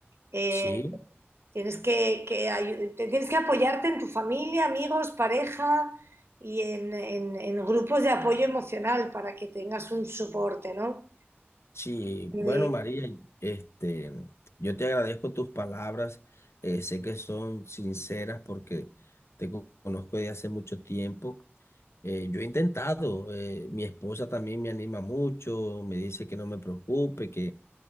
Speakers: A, on the right; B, on the left.
A: Eh,
B: Sí,
A: tienes que, que ayu- te- tienes que apoyarte en tu familia, amigos, pareja y en, en- en grupos de apoyo emocional para que tengas un soporte, ¿no?
B: sí.
A: Eh,
B: Bueno, María, este, yo te agradezco tus palabras. eh, sé que son sinceras porque te co- conozco de hace mucho tiempo. Eh, yo he intentado, eh, mi esposa también me anima mucho, me dice que no me preocupe,